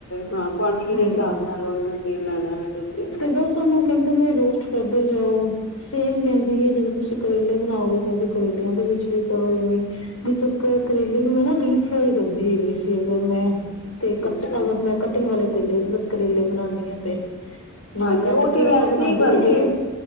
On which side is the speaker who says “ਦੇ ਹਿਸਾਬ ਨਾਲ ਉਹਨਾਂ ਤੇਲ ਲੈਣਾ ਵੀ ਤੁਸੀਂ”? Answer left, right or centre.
Left